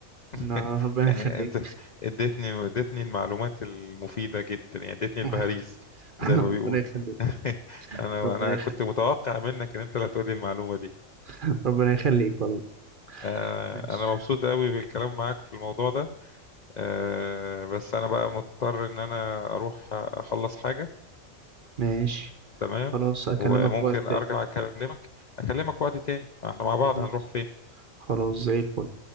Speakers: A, on the right; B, on the left.
A: لا،
B: <laughs>
A: ربنا
B: يعني
A: يخليك
B: انت اديتني اديتني المعلومات المفيدة جدا يعني اديتني
A: <laughs>
B: البهاريز زي
A: ربنا
B: ما بيقولوا
A: يخليك
B: <laughs> انا
A: ربنا
B: انا
A: يخليك
B: كنت متوقع منك ان انت اللي هتقولي المعلومة دي
A: <laughs> ربنا يخليك والله
B: آه،
A: ماشي
B: انا مبسوط قوي بالكلام معاك في الموضوع ده آه، بس انا بقى مضطر ان انا اروح اخلص حاجة
A: ماشي
B: تمام
A: خلاص أكلمك
B: وممكن
A: في وقت تاني
B: ارجع اكلمك اكلمك وقت تاني احنا مع بعض
A: خلاص
B: هنروح فين
A: خلاص زي الفل